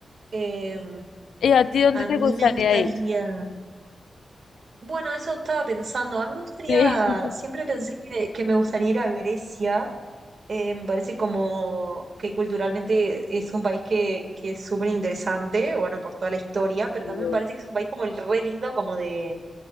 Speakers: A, on the right; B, on the left.
A: Eh,
B: ¿Y a ti dónde
A: a
B: te
A: mí
B: gustaría
A: me gustaría,
B: ir?
A: bueno, eso estaba pensando, a mí me gustaría,
B: Sí. <laughs>
A: siempre pensé que, que me gustaría ir a Grecia eh, me parece como que culturalmente es un país que, que es súper interesante, bueno, por toda la historia, pero
B: Dios,
A: también me parece que es un país como el re lindo, como de